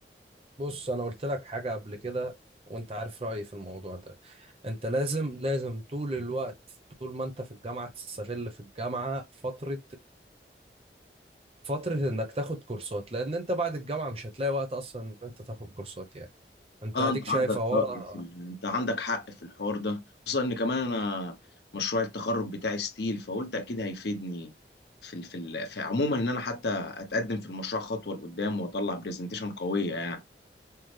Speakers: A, on the right; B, on the left.
A: بص انا قلت لك حاجه قبل كده وانت عارف رايي في الموضوع ده انت لازم لازم طول الوقت طول ما انت في الجامعه تستغل في الجامعه فتره فترة انك تاخد كورسات لان انت بعد الجامعة مش هتلاقي وقت اصلا ان انت تاخد كورسات يعني انت
B: اه
A: اديك
B: انت
A: شايف
B: عندك
A: اهو
B: رأي
A: انا
B: في ال... انت عندك حق في الحوار ده خصوصا ان كمان انا مشروع التخرج بتاعي ستيل فقلت اكيد هيفيدني في ال... في, ال... في عموما ان انا حتى اتقدم في المشروع خطوة لقدام واطلع برزنتيشن قوية يعني